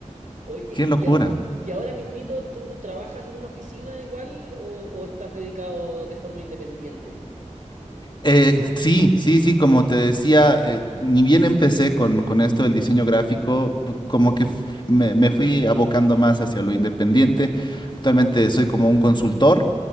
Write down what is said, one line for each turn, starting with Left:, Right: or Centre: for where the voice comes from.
Right: Oye,
Left: <laughs> Qué locura.
Right: ¿y, a- y ahora mismito tú trabajas en una oficina igual o, o estás dedicado de forma independiente?
Left: Eh, sí, sí, sí, como te decía, eh, ni bien empecé con, con esto del diseño gráfico, pu- como que f- me, me fui abocando más hacia lo independiente. Actualmente soy como un consultor